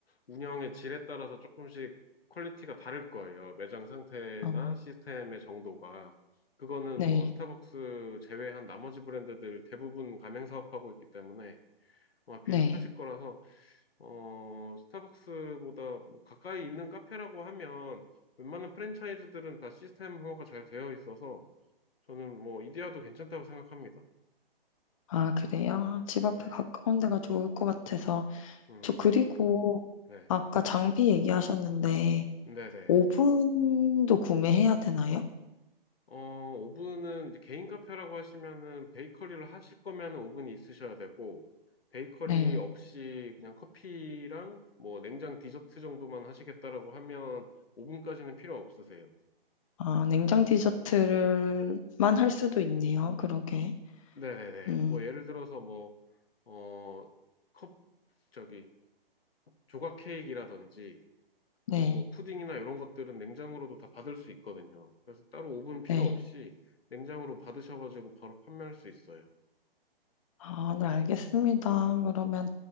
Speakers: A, on the left (about 75°); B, on the left (about 35°).
A: 운영의 질에 따라서 조금씩 퀄리티가 다를 거예요. 매장 상태나
B: 어,
A: 시스템의 정도가. 그거는
B: 네.
A: 뭐 스타벅스 제외한 나머지 브랜드들 대부분 가맹 사업하고 있기 때문에 아마 비슷하실
B: 네.
A: 거라서 어 스타벅스보다 뭐 가까이 있는 카페라고 하면 웬만한 프랜차이즈들은 다 시스템 호화가 잘 되어 있어서 저는 뭐 이디야도 괜찮다고 생각합니다.
B: 아, 그래요? 집 앞에
A: 네.
B: 가까운 데가 좋을 것 같아서.
A: 음.
B: 저 그리고
A: 네.
B: 아까 장비 얘기하셨는데
A: 네네.
B: 오븐도 구매해야 되나요?
A: 어, 오븐은 이제 개인 카페라고 하시면은 베이커리를 하실 거면은 오븐이 있으셔야 되고 베이커리
B: 네.
A: 없이 그냥 커피랑 뭐 냉장 디저트 정도만 하시겠다라고 하면 오븐까지는 필요 없으세요.
B: 아, 냉장 디저트를만 할 수도 있네요. 그러게.
A: 네네네.
B: 음,
A: 뭐 예를 들어서 뭐 어, 컵 저기 조각 케이크라든지 그다음
B: 네.
A: 뭐 푸딩이나 이런 것들은 냉장으로도 다 받을 수 있거든요. 그래서 따로 오븐 필요
B: 네.
A: 없이 냉장으로 받으셔가지고 바로 판매할 수 있어요.
B: 아, 네, 알겠습니다.
A: 음,
B: 그러면